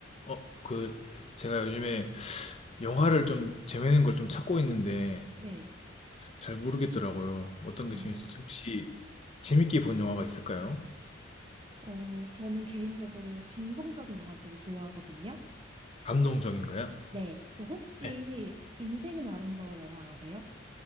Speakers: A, on the left; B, on the right.
A: 어 그 제가 요즘에 영화를 좀 재밌는 걸 좀 찾고 있는데
B: 네.
A: 잘 모르겠더라고요. 어떤
B: 아,
A: 게 재밌을지 혹시 재밌게 본 영화가 있을까요?
B: 어, 저는 개인적으로 감동적인 영화 되게 좋아하거든요.
A: 감동적인가요?
B: 네. 그 혹시
A: 네.
B: 인생은 아름다워 영화 아세요?